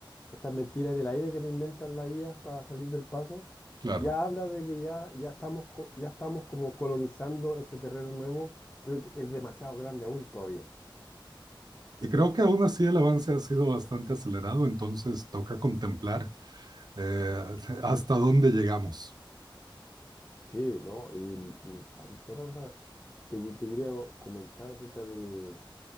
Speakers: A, on the left; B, on the right.
A: estas mentiras en el aire que te inventan las IAs para salir del paso,
B: Claro.
A: ya habla de que ya, ya estamos, co- ya estamos como colonizando ese terreno nuevo, pero que es demasiado grande aún todavía.
B: Y creo que aún así el avance ha sido bastante acelerado, entonces toca contemplar eh, <laughs> hasta dónde llegamos.
A: Sí, ¿no? Y mm, ah, otra cosa te, que- te quería co- comentar acerca del,